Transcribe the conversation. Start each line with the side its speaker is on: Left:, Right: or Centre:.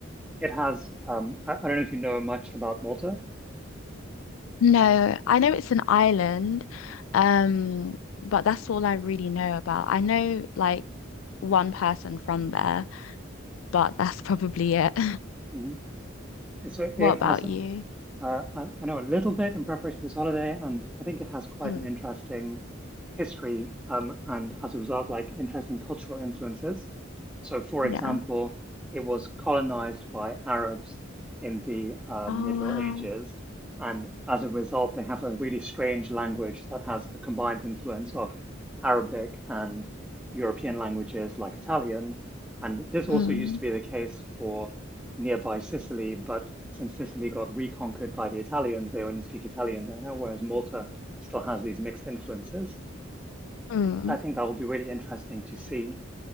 Centre: It has, um, I, I don't know if you know much about Malta.
Left: No, I know it's an island, um, but that's all I really know about. I know like one person from there, but that's probably it. <laughs>
Centre: hmm So it
Left: What about
Centre: has
Left: you?
Centre: Uh, I, I know a little bit in preparation for this holiday, and I think it has quite
Left: Mm.
Centre: an interesting history, um, and as a result, like interesting cultural influences. So, for
Left: Yeah.
Centre: example, it was colonized by Arabs in the uh,
Left: Oh,
Centre: Middle
Left: wow.
Centre: Ages, and as a result, they have a really strange language that has a combined influence of Arabic and European languages like Italian. And this also
Left: Mm.
Centre: used to be the case for nearby Sicily, but since Sicily got reconquered by the Italians, they only speak Italian there now, whereas Malta still has these mixed influences.
Left: Mm.
Centre: So I think that will be really interesting to see.